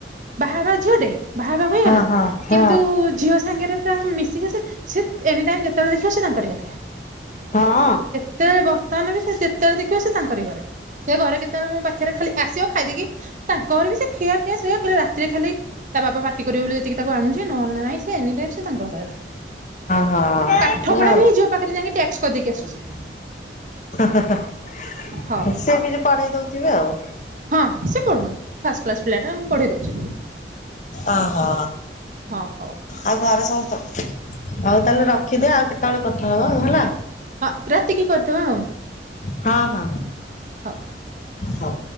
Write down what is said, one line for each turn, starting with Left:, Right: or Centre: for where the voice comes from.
Right: ବାହାହବା ଝିଅଟେ ବାହାହବାକୁ ହେଇଗଲାଣି
Left: ହଁ ହଁ
Right: କିନ୍ତୁ ଝିଅ ସାଙ୍ଗରେ। ରା ମିଶିକି ସେ ସେ ଏନି ଟାଇମ ଯେତେବେଳେ ଦେଖିବା ସେ ତାଙ୍କରି ଘରେ।
Left: ହଁ।
Right: ସେତେବେଳେ ବର୍ତ୍ତମାନ ବି ସେ ଯେତେବେଳେ ଦେଖିବ ସେ ତାଙ୍କରି ଘରେ ସେ ଘରେ କେତେବେଳେ ମୋ ପାଖରେ ଖାଲି ଆସିବ ଖାଇଦେଇକି ଫେ ତାଙ୍କର ବି ସେ ଖିଆପିଆ ଶୋଇଆ ଖାଲି ରାତିରେ ଖାଲି ତା ବାପା ପାଟି କରିବ ବୋଲି ଯେତିକି ତାକୁ ଆଣୁଛେ ନହେଲେ ନାଇଁ ସେ ଏନି ଟାଇମ ସେ ତାଙ୍କ ଘରେ।
Left: ହଁ
Right: ପାଠ
Left: ଭଲ
Right: ପଢା ବି ଝିଅ ପାଖରେ ଯାଇକି ଟ୍ୟାକ୍ସ କରିଦେଇକି ଆସୁଛି।
Left: ସେ
Right: ହଉ
Left: ବି କିଛି ପଢେଇ ଦଉଥିବେ ଆଉ
Right: ହଁ ସେ ପଢ଼ୁନି। ଫାଷ୍ଟ କ୍ଲାସ୍ ପିଲାଟା ମୁଁ ପଢ଼େଇ ଦେଉଛି।
Left: ଓ ହୋ।
Right: ହଁ ହଉ।
Left: ଆଉ ଘରେ ସମସ୍ତେ ହଉ ତାହେଲେ ରଖିଦେ ଆଉ କେତେବେଳେ କଥା ହବ ହେଲା।
Right: ହ ରାତି କି କରିଦବା ଆଉ।
Left: ହଁ ହଁ
Right: ହଉ।
Left: ହଉ।